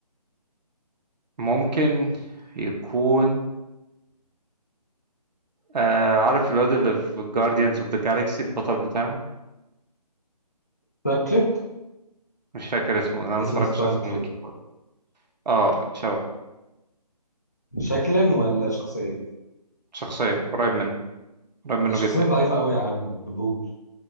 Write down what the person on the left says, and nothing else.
ستار تريك
اسمه
ستار
تريك
شكلا ولا شخصيا
ده شخصيته
ضعيفة قوي يا عم ما بحبوش